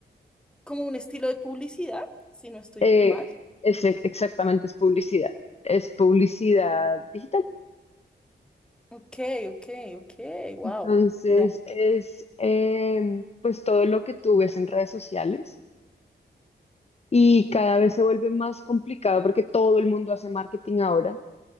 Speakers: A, in the centre; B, on the left (about 35°).
A: como un estilo de publicidad, si no estoy
B: Eh,
A: mal.
B: es, exactamente, es publicidad. Es publicidad digital.
A: Ok, ok, ok, wow.
B: Entonces
A: Ya.
B: es em, pues todo lo que tú ves en redes sociales y cada vez se vuelve más complicado porque todo el mundo hace marketing ahora.